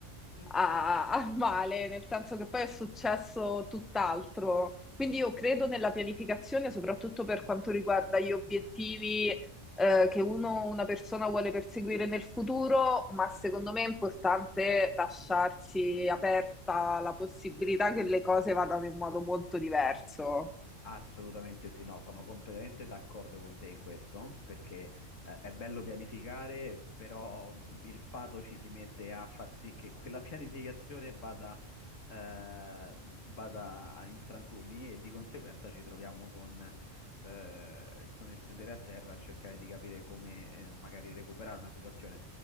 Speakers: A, on the left; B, in the centre.
A: mm.
B: a, a male, nel senso che poi è successo tutt'altro. Quindi io credo nella pianificazione, soprattutto per quanto riguarda gli obiettivi eh, che uno, una persona vuole perseguire nel futuro, ma secondo me è importante lasciarsi aperta la possibilità che le cose vadano in modo molto diverso.
A: Assolutamente sì, no, sono completamente d'accordo con te in questo, perché eh, è bello pianificare, però mh, il fato ci si mette a far sì che quella <laughs> pianificazione vada, eh, vada a- in frantumi e di conseguenza ci troviamo con, eh, con il sedere a terra a cercare di capire come eh, magari recuperare una situazione.